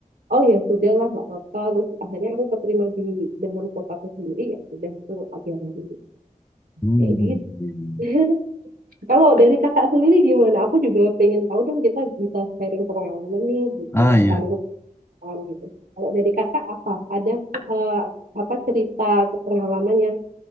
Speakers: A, on the right (about 85°); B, on the left (about 15°).
A: oh ya sudah lah nggak apa-apa terus akhirnya aku keterima di dalam kotaku sendiri ya sudah itu aja lagi
B: Hmm.
A: kayak gitu
B: iya, iya.
A: <laughs> kalau dari kakak sendiri gimana aku juga pengen tahu dong kita bisa sharing pengalaman nih gitu
B: Ah iya,
A: saling tahu gitu kalau dari kakak apa ada eh, apa cerita atau pengalaman yang